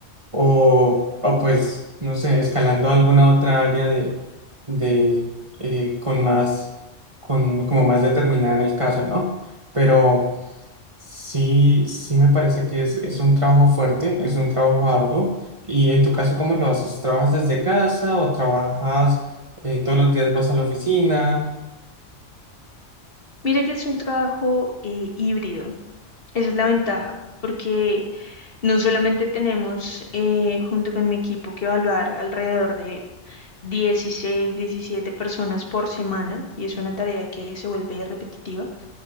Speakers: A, on the right; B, on the left.
A: o, o pues, no sé, escalando alguna otra área de, de eh, con más, con, como más determinada en el caso, ¿no? Pero sí, sí me parece que es, es un trabajo fuerte, es un trabajo arduo. Y en tu caso, ¿cómo lo haces? ¿Trabajas desde casa o trabajas eh, todos los días vas a la oficina?
B: Mira que es un trabajo eh, híbrido. Esa es la ventaja, porque no solamente tenemos eh, junto con mi equipo que evaluar alrededor de 16, 17 personas por semana, y es una tarea que se vuelve repetitiva,